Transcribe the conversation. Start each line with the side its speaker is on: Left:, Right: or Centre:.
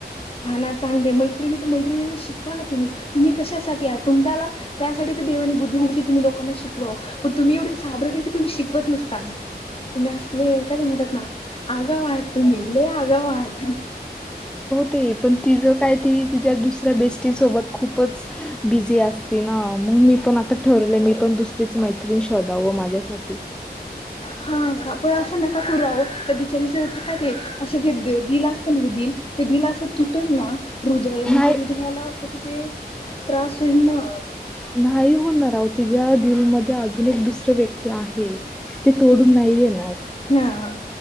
Left: हा ना चांगले मैत्रिणी तर मैत्रिणी <unintelligible> शिकवा ना तुम्ही तुम्ही कशासाठी आ तुम्हाला त्यासाठी देवानी बुद्ध दिली तुम्ही लोकना शिकवाव. पण तुम्ही एव्हढं साबरे तुम्ही शिकवत नसतान. तुम्ही असलेय काय ते म्हणतात ना अगाव आहेत तुम्ही लय या गावात
Centre: ते पण ति ज काय त दुसऱ्या बेी सोबत खूपच बिी अस ना मग मी पण आतारलं मी पण द मैत्रीण श्रोधा व माझ्यासाठी
Left: हा का पण असं ना का कूह तर बिचारीच काय ते असं जे दिल असतं ना ते दिल ते दिला असं तुटल ना हृदय मग
Centre: नाही
Left: ते हुदयाला कसं ते त्रास होईल ना
Centre: नाही होणार रा तिच्या्या दिलमध्ये अजून एक दुसऱ्या व्यक्ती आहे ते तोडून नाही येणार
Left: हा